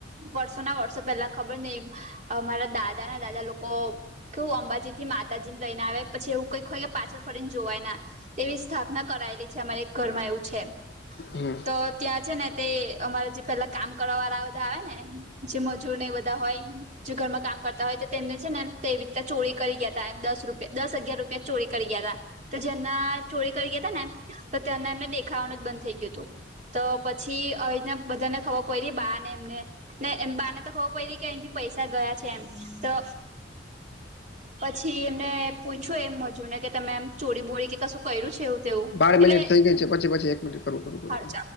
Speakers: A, on the right; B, on the left.
A: વર્ષો ના વર્ષો પેલા ખબર નહિ. અમારા દાદા ના દાદા લોકો કેવું અંબાજી થી માતાજી લઈને આવે પછી એવું કઈક હોય કે પાછળ ફડી ને જોવાય ના તેવી સ્થાપના કરાયેલી છે અમારે એક ઘરમાં એવું છે
B: હમ
A: તો ત્યાં છે ને તે અમારે જે પેલા કામ કરવા વાળા બધા આવે ને જે મજૂર ને એ બધા હોય. જો ઘરમાં કામ કરતા હોય તો તેમને છે એમ તે રીતે ચોરી કરી ગયા હતા એમ દસ રૂપ દસ હગયાર રૂપિયા ચોરી કરી ગયા હતા તો જેમના ચોરી કરી ગયા હતા ને. તો તને એમને દેખાવાનું જ બંધ થઈ ગયું હતું. તો પછી આવી રીના બધાને ખબર પડી બાને એમને. ને એમ બા ને તો ખબર પયડી કે એથી પૈસા ગયા છે એમ તો. પછી એમને પૂછો એમ મજુને કે તમે એમ ચોરી બોરી કે ક શું કર્યું છે એવું તેવું
B: બાર
A: એટલે
B: મિનિટ
A: હ
B: થઈ ગઈ છે પછી પછી એક મિનિટ કરું કરું કરું